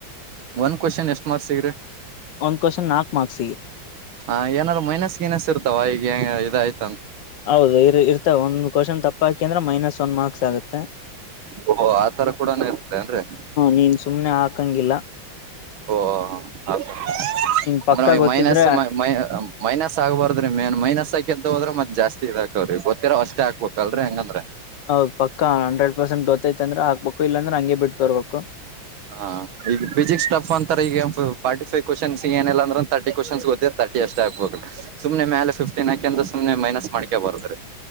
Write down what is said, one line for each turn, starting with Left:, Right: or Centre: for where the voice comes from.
Right: ಒಂದ ಕ್ವಶನ್ ಎಷ್ಟ ಮಾರ್ಕ್ ಸಿಗ್ರಿ
Left: ಒಂದ್ ಕ್ವಶನ್ ನಾಲ್ಕು ಮಾರ್ಕ್ಸ್ ಗೆ
Right: ಹ ಏನಾದ್ರು ಮೈನಸ್ ಗಿನಸ್ ಇರ್ತವ ಈಗ ಇದಯ್ತ
Left: ಹೌದು ಇ ಇರ್ತವೆ ಒಂದ್ವಶನ್ ತಪ್ಪ ಹಾಕಿ ಅಂದ್ರೆ ಮೈನಸ್ ಒಂದ ಮಾರ್ಕ್
Right: ಓಹೋ ಆತರ ಕೂಡನು ಇರುತ್ತೆ ಏನ್ರಿ
Left: ನೀನ್ ಸುಮನೆ ಹಾ ಹಕಂಗಿಲ್ಲ
Right: ಓ ಅ <unintelligible>
Left: ನಿನ್
Right: ಅಂದ್ರ
Left: ಪಕ್ಕ ಗೊತ್ತಿದ್ರೆ
Right: ಮೈನಸ್ ಮೈನಸ್ ಆಗ್ಬಾರ್ದ್ರಿ ಮ ಮೈನಸ್ಕ ಎದ್ದ ಹೋದ್ರೆ ಮತ್ತೆ ಜಾಸ್ತಿ ಇದಾಕವ್ರಿ ಗೊತ್ತಿರಾ ಅಷ್ಟೇ ಹಕ್ಬೇಕ ಅಲ್ರರಿ ಹೆಂಗಂದ್ರೆ
Left: ಹೌದ್ ಪಕ್ಕ ಹಂಡ್ರೆಡ್ ಪರ್ಸೆಂಟ್ ಗೊತ್ತೈತಂದ್ರೆ ಆಗ್ಬೇಕು ಇಲ್ಲಾಂದ್ರೆ ಹಂಗಗೆ ಬಿಟ್ಟ ಬರ್ಬೇಕು
Right: ಹಾ ಈ ಫಸಿಸಿಕ್ ಟಫ್ ಅಂತ ಈಗ ಫಟಿವ್ವ್ನ್ಸ್ ಏನಿಲ್ಲ ಅಂದ್ರ ತರ್ಟಿ್ಶ್ನ್ಸ್ ಗೊತ್ತಿತ ತರ್ಟಿ ಅಷ್ಟೇ ಆಗ್ಬಬೇಕು ಸು್ನೆ ಮೇಲೆ ಫಿಫ್ಟೀನ್ ಹಾಕೆಂದ್ರ ಸುಮ್ನೆ ಮೈನಸ್ ಮಾಡಕ ಬಾರಾರೆ